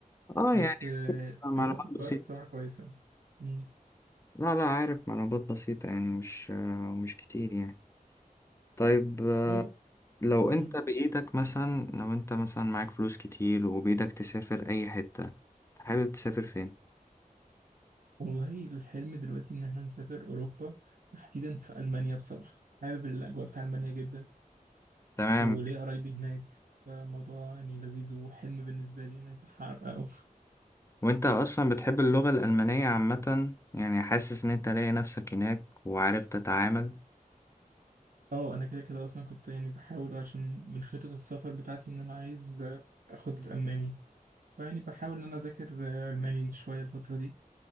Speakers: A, on the left (about 20°); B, on the right (about 70°).
A: اه
B: بس
A: يعني
B: آه،
A: معلومات
B: أجواء في القاهرة
A: بسيطة
B: بصراحة كويسة مم.
A: لا لا عارف معلومات بسيطة يعني مش آه، مش كتير يعني طيب آه،
B: اه
A: لو انت
B: مم.
A: بإيدك مثلا لو انت مثلا معاك فلوس كتير وبإيدك تسافر اي حتة حابب تسافر فين
B: والله الحلم دلوقتي إن احنا نسافر أوروبا تحديدا في ألمانيا بصراحة حابب الأجواء بتاع ألمانيا جدا
A: تمام
B: وليا قرايبي هناك فالموضوع يعني لذيذ وحلم بالنسبة لي أنا يصح أحققه
A: وانت اصلا بتحب اللغة الألمانية عامة يعني حاسس ان انت لاقي نفسك هناك وعارف تتعامل
B: اه انا كده كده اصلا كنت يعني بحاول عشان من خطط السفر بتاعتي ان انا عايز آه، اخد الالماني فيعني بحاول ان انا اذاكر آه، الماني شويه الفتره دي